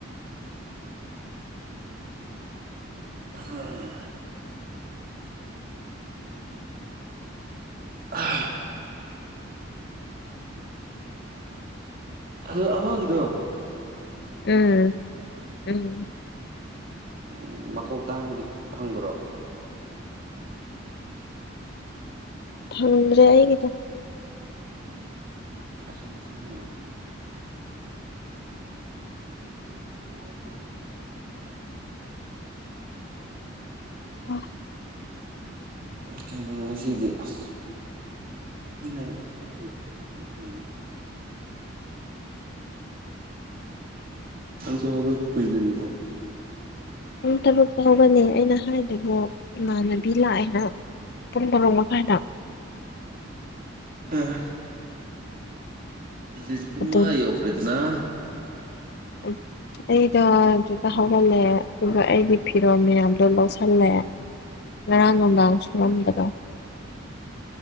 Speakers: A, on the right; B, on the left.
A: ꯑꯥ ꯑꯥ ꯑꯗꯣ ꯑꯃꯥꯒꯤꯗꯣ
B: ꯎꯝ ꯎꯝ
A: ꯎꯝ ꯃꯀꯣꯛꯇꯥꯡ ꯐꯪꯗ꯭ꯔꯣ
B: ꯐꯡꯒ꯭ꯔꯦ ꯑꯩꯒꯤꯗꯣ
A: ꯆꯤꯟ ꯊꯤꯅꯨꯗꯥ <unintelligible>
B: ꯑꯣ
A: ꯑꯦ ꯀꯩꯅꯣ ꯉꯁꯤꯗꯤ ꯑꯁ ꯏ <unintelligible> ꯅꯪꯁꯨ ꯍꯧꯒꯠ ꯄ ꯀꯨꯏꯗꯔ꯭ꯤꯕꯣ
B: ꯄꯨꯡ ꯇꯔꯨꯛꯇ ꯍꯧꯒꯠꯂꯦ ꯑꯩꯅ ꯍꯥꯏꯗꯨꯕꯨ ꯏꯃꯥꯟꯅꯕꯤ ꯂꯥꯛꯑꯦꯅ ꯄꯨꯡ ꯕꯥꯔꯣ ꯃꯈꯥꯏ ꯗ
A: ꯑ ꯑꯁꯤꯛꯁꯤ ꯄꯨꯡ
B: ꯑꯗꯨ
A: ꯑ ꯌꯧꯈ꯭ꯔꯦꯗꯅ
B: ꯎ ꯑꯩꯗꯣ ꯑꯗꯨꯗ ꯍꯧꯒꯠ ꯂꯦ ꯑꯗꯨꯒ ꯑꯩꯒꯤ ꯐꯤꯔꯣꯜ ꯃꯌꯥꯝꯗꯣ ꯂꯧꯁꯜꯂꯦ ꯉꯔꯥꯡ ꯅꯨꯡꯗꯥꯡ ꯁꯨ ꯃꯥꯝꯕꯗꯣ